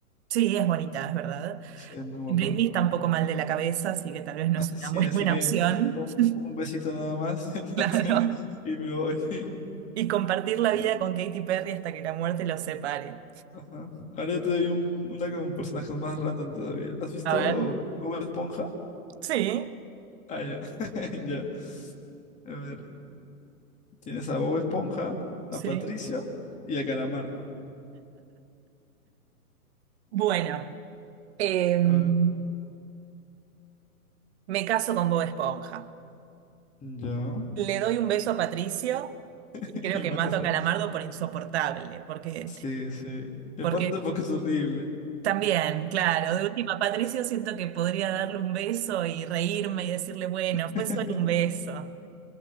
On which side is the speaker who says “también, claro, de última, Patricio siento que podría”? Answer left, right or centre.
Right